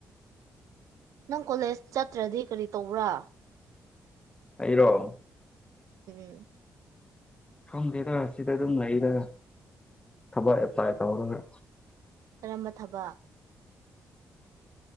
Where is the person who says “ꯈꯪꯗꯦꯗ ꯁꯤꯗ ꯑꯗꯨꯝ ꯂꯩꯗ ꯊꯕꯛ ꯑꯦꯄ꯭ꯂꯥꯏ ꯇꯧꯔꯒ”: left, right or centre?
Left